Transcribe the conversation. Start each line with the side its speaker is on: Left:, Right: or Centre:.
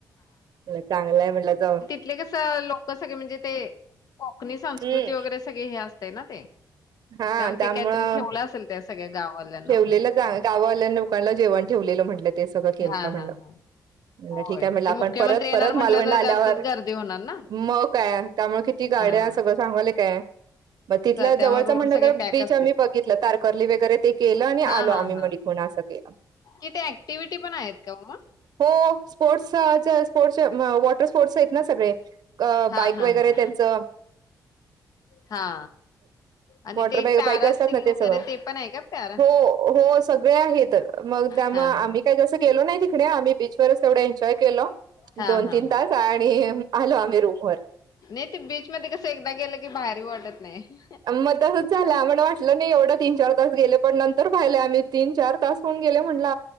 Right: चांगलंय म्हटलं जवळ
Left: ते कसं लोक सगळे म्हणजे ते कोकणी संस्कृती
Right: हम्म
Left: वगैरे सगळे हे असते ना ते.
Right: हा
Left: त्यामुळे
Right: त्यामुळं
Left: ते काहीतरी ठेवलं असेल त्या सगळ्या गाववाल्यांना
Right: ठेवलेलं
Left: वगैरे
Right: गावावाल्यानं. जेवण ठेवलेलं म्हटलं ते सगळं केलंत
Left: हा
Right: म्हणलं.
Left: हा हा
Right: म्हणाल
Left: होय
Right: ठिक आहे. म्हटलं
Left: ते
Right: आपण
Left: मुख्यमंत्री
Right: परत
Left: येणार
Right: परत
Left: म्हंटल
Right: मालवणला
Left: तर
Right: आल्यावर
Left: जास्तचं गर्दी होणार ना.
Right: मग काय त्यामुळे किती गाड्या
Left: हा
Right: सगळं सांगालोय काय. मग तिथलं
Left: त्यामुळे
Right: जवळचं
Left: रोड
Right: म्हटलं
Left: सगळे
Right: तर
Left: पॅक
Right: बीच
Left: असतील
Right: आम्ही बघितलं, तारकर्ली वगैरे ते केलं आणि
Left: हा
Right: आलो
Left: हा
Right: आम्ही
Left: हा
Right: माणिकअसं केलं.
Left: तिथे ऍक्टिव्हटी पण आहेत का मग्?
Right: हो. स्पोर्टसच्या स्पोर्ट्सच वॉटर स्पोर्ट्स आहेत ना सगळे. अ
Left: हा
Right: बाईक
Left: हा
Right: वगैरे
Left: हा
Right: त्यांचं.
Left: हा. आणि
Right: वॉटर
Left: ते
Right: बाईक
Left: पॅरासिलिंग
Right: बाईक असतात ना ते
Left: वगैरे
Right: सगळ.
Left: पण आहे का पॅरा
Right: हो हो सगळे आहेत. मग त्यामुळे
Left: हा
Right: आम्ही
Left: हा
Right: काही जसं गेलो नाही तिकडे आम्ही बीच वरच एवढं एन्जॉय केलो.
Left: हा
Right: दोन
Left: हा
Right: तीन
Left: हा
Right: तास आणि आलो आम्ही रूमवर.
Left: नाही ते बीच मध्ये कसं एकदा गेलं की बाहेर येऊ वाटत नाही.
Right: म तासच झाला. म्हण वाटलं नाही एवढं तीन चार तास गेले पण नंतर पाहिलंय आम्ही तीन चार तास होऊन गेले म्हटलं